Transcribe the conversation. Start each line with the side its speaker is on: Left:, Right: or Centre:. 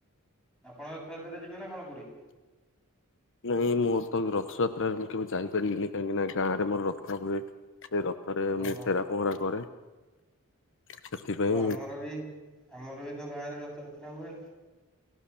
Centre: ଆପଣ ରଥଯାତ୍ରାରେ ଯିବେ ନା କଣ ପୁରୀ?
Left: ନାଇଁ ମୋର ତ ରଥଯାତ୍ରାରେ ମୁଁ କେବେ ଯାଇପାରିବିନି କାହିଁକି ନା ଗାଁରେ ମୋର ରଥ ହୁଏ। ସେ ରଥରେ
Centre: ଓହୋ
Left: ମୁଁ ଛେରାପହରା କରେ। ସେଥିପାଇଁ
Centre: ଓ ଆମର ବି ଆମର ବି ତ ଗାଁ ରେ ରଥଯାତ୍ରା ହୁଏ।